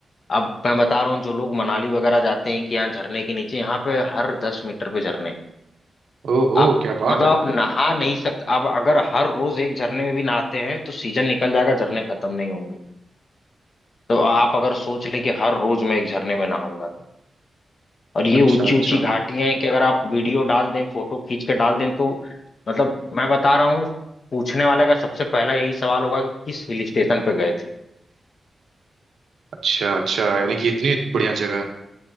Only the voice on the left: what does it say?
अब मैं बता रहा हूँ जो लोग मनाली वगैरह जाते हैं कि यहाँ झरने के नीचे यहाँ पे हर दस मीटर पे झरने हैं
आप
मतलब
आप नहा नहीं सकते आप अगर हर रोज एक झरने में भी नहाते हैं तो सीजन निकल जाएगा झरने खत्म नहीं होंगे तो आप अगर सोच लें कि हर रोज मैं एक झरने में नहाऊंगा तो और ये
ऊंची
ऊंची घाटियां हैं कि अगर आप वीडियो डाल दें फोटो खींच के डाल दें तो मतलब मैं बता रहा हूँ पूछने वाले का सबसे पहला यही सवाल होगा कि किस हिल स्टेशन पे गए थे